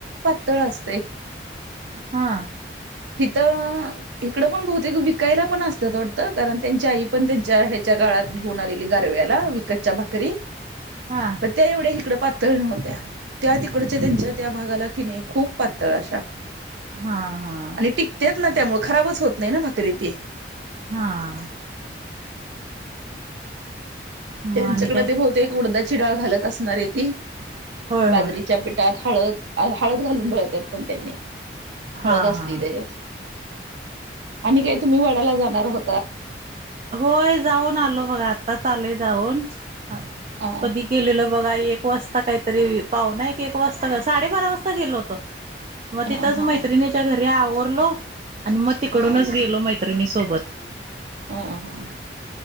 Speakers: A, on the right; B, on the right.
A: उतळ असंतय.
B: हां.
A: हिथ अ हिकडं पण बहुतेक विकायला पण, असत्यात वाटतं कारण त्यांची आई पण त्यां ह्यांच्या गळात घेऊन आलेली गारव्याला विकतच्या भाकरी,
B: हा
A: पण त्या एवढ्या हिक तिकड पातळ नव्हत्या, त्या तिकडच्या त्यांच्या त्या भागाला की नाही खूप पातळ अशा
B: हां हां.
A: आणि टिकत्यात ना त्यामुळे खराबच होत नाही ना भाकरी ती.
B: हां. मग
A: त्यांच्याकडे
B: आणि काय
A: ते बहुतेक उडदाची डाळ घालत असणारंय ती
B: होय
A: बाजरीच्या
B: होय
A: पिठात. हळद हळद घालून दळत्यात पण त्यांनी
B: हा
A: हळद असती
B: हा
A: त्यांच्यात. आणि काय तुम्ही वडाला जाणार हो
B: होय जाऊन आलो बघ आताच आलोय जाऊन. हां
A: हा
B: कधी केलेल बघा एक एक वाजता कांहीं तरी पावन एक एक वाजता साडेबारा वाजता गेलो होतो. मग
A: हा
B: तिथंच
A: हा
B: मैत्रिणीच्या घरी आवरलो आणि मगं तिकडूनच
A: हा
B: गेलो मैत्रिणी सोबत.
A: हा हा